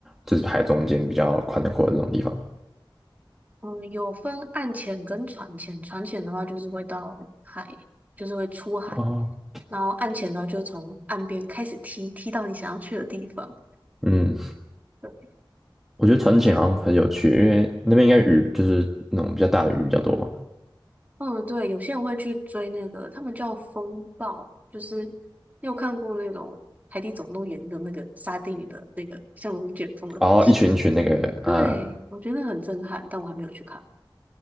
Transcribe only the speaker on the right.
嗯，有分岸潜跟船潜，船潜的话就是会到海，就是会出海，
然后岸潜呢，就从岸边开始踢，踢到你想要去的地方。
对
嗯，对，有些人会去追那个，他们叫风暴，就是你有看过那种《海底总动员》的那个沙丁鱼的那个像龙卷风的东西？
对，
我觉得很震撼，但我还没有去看。